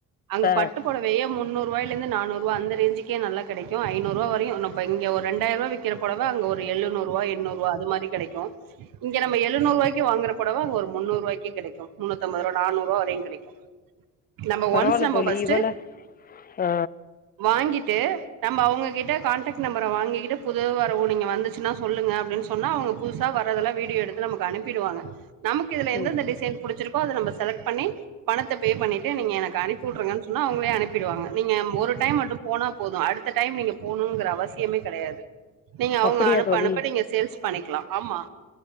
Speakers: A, on the right (about 75°); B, on the left (about 25°).
A: அங்க
B: ஆ
A: பட்டு பொடவயே முன்னூரூவாயில இருந்து நானூரூபா அந்த ரேஞ்சுக்கே நல்லா கெடைக்கு ஐநூரூபா வரையு இங்க ஒரு ரெண்டாயிரூவா விக் வக்கிற பொடவ அங்க ஒரு எழுநூறுவா எண்ணூறுவா அது மாரி கெடைக்கு இங்க நம்ம எழுநூறு ரூவாய்க்கு வாங்கற பொடவ அங்க ஒரு முன்னூரூவாய்க்கே கெடைக்கு முன்னூத்தம்பது ரூவா நானுறு ரூவா வரையு கெடைக்கு நம்ப
B: பரவால்ல
A: ஒன்ஸ் நம்ப
B: தோழி
A: ஃபஸ்ட்டு
B: இவள ஆ
A: வாங்கிட்டு நம்ம அவங்ககிட்ட கான்டாக்ட் நம்பர வாங்கிக்கிட்டு புது வரவு நீங்க வந்துச்சுனா சொல்லுங்க அப்டின் சொன்னா அவங்க புதுசா வரதலா வீடியோ எடுத்து நமக்கு அனுப்பிடுவாங்க நமக்கு இதுல எந்தெந்த
B: ம்
A: டிசைன் புடிச்சிருக்கோ அத நம்ம செலக்ட் பண்ணி பணத்த பே பண்ணிட்டு நீங்க எனக்கு அனுப்பி விட்றுங்கன்னு சொன்னா அவங்களே அனுப்பிடுவாங்க நீங்க ஒரு டைம் மட்டு போனா போது அடுத்த டைம் நீங்க போணுங்கிற அவசியமே கிடையாது நீங்க அவங்க
B: அப்படியா
A: அனுப்ப
B: தோழி
A: அனுப்ப நீங்க சேல்ஸ் பண்ணிக்கலா ஆமா